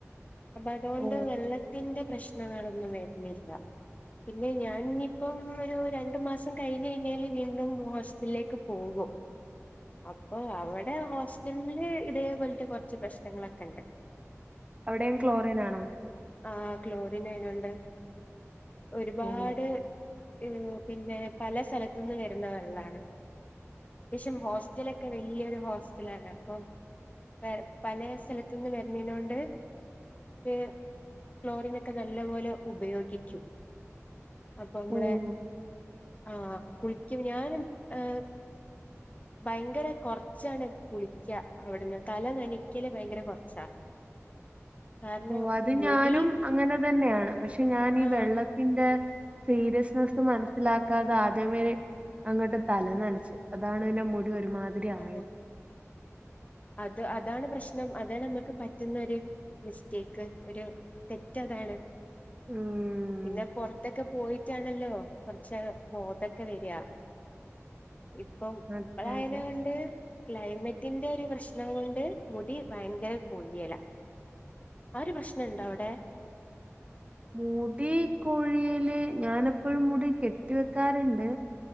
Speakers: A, on the left (about 30°); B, on the right (about 25°).
A: അപ്പ അതോണ്ട്
B: ഓ
A: വെള്ളത്തിന്റെ പ്രശ് നങ്ങളൊന്നും വര്ന്നില്ല. പിന്നെ ഞാനിഞ്ഞിപ്പം ഒരു രണ്ട് മാസ് സം കഴിഞഴിഞ്ഞാൽ വീണ്ടും ഹോസ്റ്റലിലേക്ക് പോകും അപ്പൊ അവടെ ഹോസ്റ്റൽ ല് ഇതേ പോൽത്തെ കൊർച്ച് പ്രശ്നങ്ങളൊക്കണ്ട് <inaudible>
B: അവിടെയും ക്ലോറിനാണോ
A: ആഹ്‌ ക്ലോറിനയിനൊണ്ട് ഒരുപാട്
B: ഓഹ്
A: എഹ്‌ പിന്നെ പല സ്ഥലത്ത്ന്ന് വരുന്ന വെള്ളാണ്. ത്യാവിശ്യം ഹോസ്റ്റലെ ക്കെ വല്യൊരു ഹോസ്റ്റലാണ്. അപ്പം പ പലേ സ്ഥലത്ത്ന്ന് വര്നേനോണ്ട് കെ ക്ലോറിനൊക്കെ നല്ല പോലെ ഉപയോഗിക്കും. അപ്പമ്മളെ
B: ഓഹ്
A: ആഹ് കുൾക്യും ഞാനും ഏഹ് ഭയങ്കര കൊർച്ചാണ് കുൾക്യ, അവട്ന്ന് തല നനക്കല് ഭയങ്കര കൊർച്ചാ <inaudible>
B: ഓഹ്‌ അത്
A: മുടി
B: ഞാനും അങ്ങനെ തന്നെയാണ് പക്ഷെ ഞാനീ
A: ആ
B: വെള്ളത്തിന്റെ സീരിയസ്നെസ്സ് മനസ്സിലാ ക്കാതെ ആദ്യമേ അങ്ങോട്ട് തല നനച്ച്. അതാണ് പിന്നെ മുടി ഒരുമാതിരി
A: ഉം
B: ആയത്
A: അത് അതാണ് പ്രശ്നം അതാണമ്മക്ക് പറ്റുന്നൊര് മിസ്റ്റേക്ക് ഒരു തെറ്റതാണ്
B: ഉം
A: പിന്നെ പൊർത്തെക്കെ പോയി റ്റാണല്ലോ കൊർചാ ബോധൊക്കെ വെരാ ഇപ്പം ഇപ്പളായാലുണ്ട്
B: അതെ അതെ
A: ക്ലൈമറ്റിന്റെ ഒരു പ്രശ് ണം കൊണ്ട് മുടി ഭയങ്കര കൊഴിയല ആ ഒരു പ്രശ്നണ്ടോ അവ്ടെ
B: മുടി കൊഴിയല് ഞാനെപ്പഴും മുടി കെട്ടി വെക്കാറ്ണ്ട്